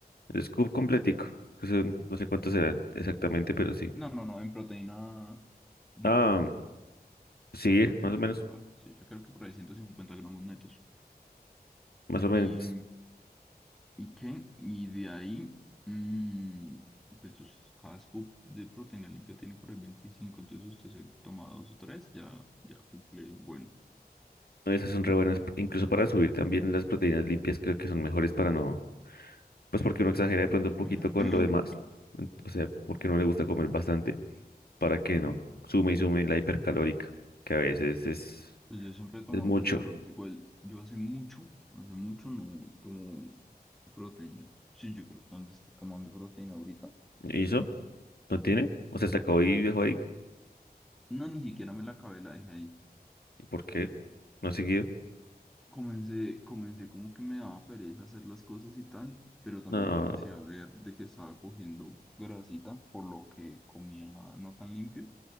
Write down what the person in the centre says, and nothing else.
No, no, no, en proteína dura,
proteína
natural. Sí, yo creo que por ahí 150 gramos netos.
¿Y,
y qué? Y de ahí, mm, pues sus- cada scoop de proteína limpia tiene por ahí veinticinco entonces usted se toma dos o tres, ya, ya cumple el buen.
<clears throat>
Ajá.
Pues yo siempre he tomado
hipercalórico, igual yo hace mucho, hace mucho no tomo proteína. Sí, yo creo que donde esté tomando proteína ahorita.
No, ni siquiera me la acabé, la dejé ahí.
Comencé, comencé como que me daba pereza hacer las cosas y tal, pero también
comencé a ver de que estaba cogiendo grasita, por lo que comía no tan limpio,